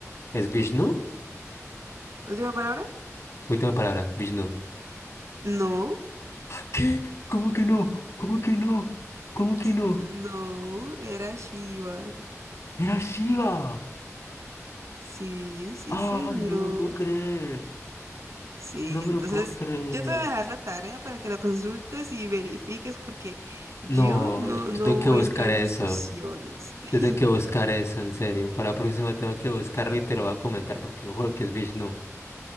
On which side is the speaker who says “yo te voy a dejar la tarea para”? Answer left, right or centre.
Right